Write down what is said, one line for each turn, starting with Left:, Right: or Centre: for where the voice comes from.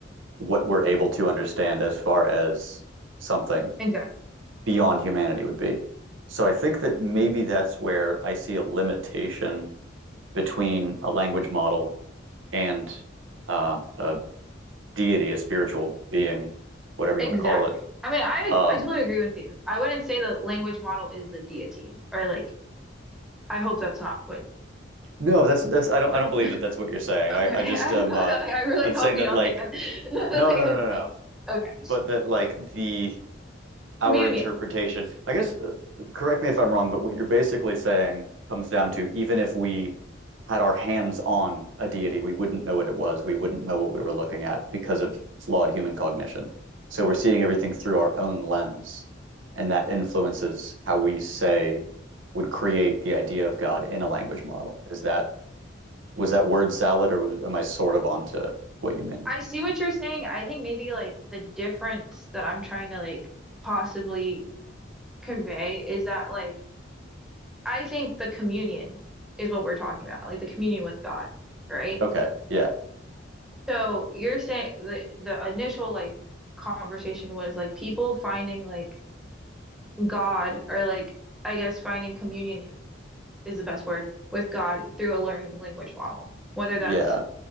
Right: what we're able to understand as far as something
Centre: Exactly.
Right: beyond humanity would be. So I think that maybe that's where I see a limitation between a language model and uh, a deity, a spiritual being, whatever
Centre: Exactly.
Right: you want to call it.
Centre: I mean, I
Right: Um,
Centre: I totally agree with you. I wouldn't say the language model is the deity, or like I hope that's not what
Right: No, that's that's I don't
Centre: we're.
Right: I don't believe that that's what you're saying.
Centre: Okay,
Right: I
Centre: <laughs>
Right: I just
Centre: I
Right: um uh
Centre: I, I really
Right: I'm
Centre: hope
Right: saying that
Centre: you don't
Right: like
Centre: think that <laughs>
Right: no
Centre: like
Right: no
Centre: I'm
Right: no no
Centre: saying.
Right: no.
Centre: Okay,
Right: But that like the our
Centre: communion.
Right: interpretation. I guess uh, correct me if I'm wrong, but what you're basically saying comes down to even if we had our hands on a deity, we wouldn't know what it was. We wouldn't know what we were looking at because of flawed human cognition. So we're seeing everything through our own lens, and that influences how we say would create the idea of God in a language model. Is that was that word salad, or was- am I sort of onto what you mean?
Centre: I see what you're saying. I think maybe like the difference that I'm trying to like possibly convey is that like I think the communion is what we're talking about, like the communion with God, right?
Right: Okay. Yeah.
Centre: So you're saying the the initial like conversation was like people finding like God or like I guess finding communion is the best word with God through a learning language model. Whether
Right: Yeah.
Centre: that's,